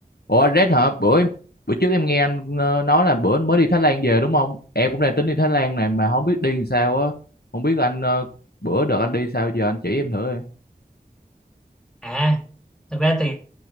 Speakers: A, on the left (about 70°); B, in the centre.
A: Ủa anh Red hả? Bữa em, bữa trước em nghe anh ờ, nói là bữa anh mới đi Thái Lan về đúng không? Em cũng đang tính đi Thái Lan này mà không biết đi làm sao á. Không biết anh ờ, bữa đợt anh đi sao giờ anh chỉ em thử em.
B: À, thật ra thì